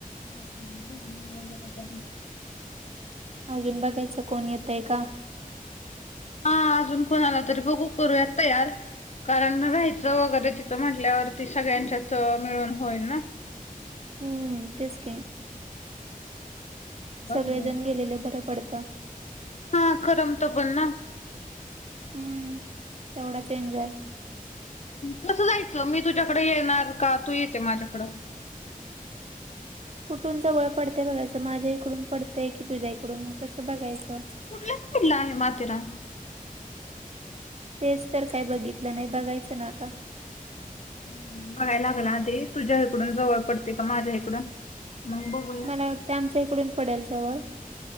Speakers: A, on the left; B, on the right.
A: अजून भिजलो वैगेरे तरी.
B: अजून बघायचं कोण येतंय का.
A: हा अजून कोणाला तरी बघू, करूयात तयार. कारण राहायचं वगैरे तिथं म्हंटल्यावरती सगळ्यांच्यात अ मिळून होईल ना.
B: हम्म तेच की.
A: बाजू
B: सगळेजण
A: मी बोलते
B: गेलेले बरं पडतं.
A: हा करमत पण ना.
B: हम्म, तेवढाच एन्जॉय.
A: कसं जायचं, मी तुझ्याकडं येणार का तू येते माझ्याकडं?
B: कुठून जवळ पडतंय बघायचं, माझ्या इकडून पडतंय की तुझ्या इकडून? मग तसं बघायचं.
A: कुठल्या सायडला आहे माथेरान?
B: तेच तर काय बघितलं नाही, बघायचं ना आता.
A: हम्म बघायला लागलं आधी तुझ्या हिकडून जवळ पडतंय का माझ्या हिकडून. मग बघु
B: मला वाटतंय आमच्या हिकडून पडल जवळ.